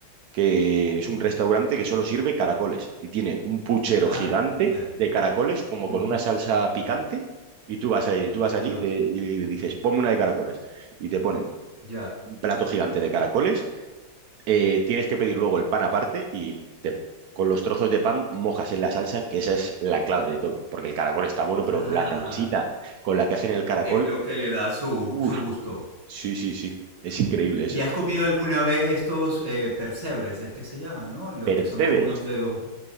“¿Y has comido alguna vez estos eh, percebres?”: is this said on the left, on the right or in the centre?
Right